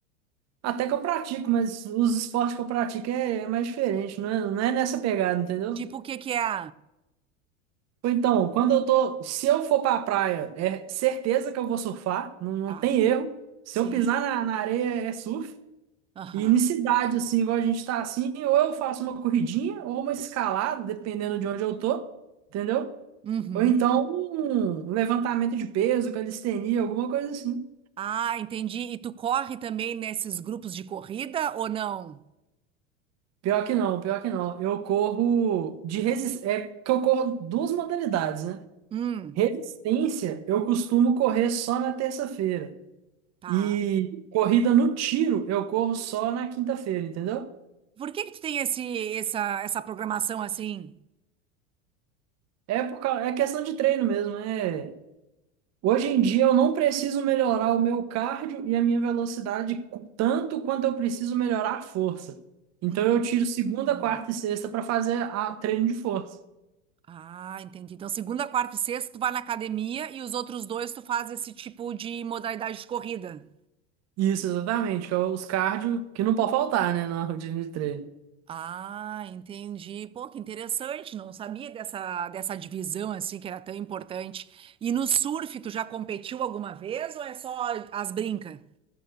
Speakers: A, on the right (about 45°); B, on the right (about 15°).
A: Até que eu pratico, mas os esportes que eu pratico é, é mais diferente, não é, não é nessa pegada, entendeu?
B: Tipo, o que que é?
A: Ou Então, quando eu tô, se eu for pra praia, é certeza que eu vou surfar, não, não
B: Ah,
A: tem erro. Se
B: sim.
A: eu pisar na, na areia, é surf.
B: Aham.
A: E em cidade, assim, igual a gente tá assim, ou eu faço uma corridinha ou uma escalada, dependendo de onde eu tô, entendeu?
B: Uhum.
A: Ou então um levantamento de peso, calistenia, alguma coisa assim.
B: Ah, entendi. E tu corre também nesses grupos de corrida ou não?
A: Pior que não, pior que não. Eu corro de resistência, é que eu corro duas modalidades, né?
B: Hum,
A: Resistência, eu costumo correr só na terça-feira.
B: tá.
A: E corrida no tiro eu corro só na quinta-feira, entendeu?
B: Por que que tu tem esse, essa, essa programação assim?
A: É por cau- é questão de treino mesmo. É... Hoje em dia eu não preciso melhorar o meu cardio e a minha velocidade cu- tanto quanto eu preciso melhorar a força. Então
B: Hum.
A: eu tiro segunda,
B: hum.
A: quarta e sexta para fazer a treino de força.
B: Ah, entendi. Então, segunda, quarta e sexta, tu vai na academia e os outros dois tu faz esse tipo de modalidade de corrida.
A: Isso, exatamente, que é os cardio que não pode faltar, né, na rotina de treino.
B: Ah, entendi. Pô, que interessante. Não sabia dessa, dessa divisão assim que era tão importante. E no surf, tu já competiu alguma vez ou é só as brincas?